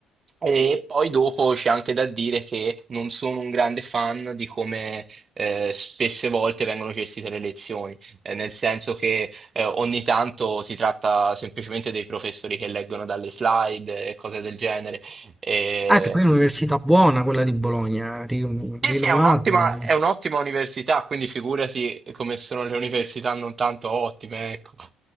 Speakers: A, on the right; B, in the centre.
A: E poi dopo c'è anche da dire che non sono un grande fan di come eh, spesse volte vengono gestite le elezioni, eh, nel senso che eh, ogni tanto si tratta semplicemente dei professori che leggono dalle slide e cose del genere. E-
B: Ah, che poi è un'università buona quella di Bologna, eh, ri-
A: Sì,
B: rinomata.
A: sì, è un'ottima è un'ottima università, quindi figurati come sono le università non tanto ottime, ecco.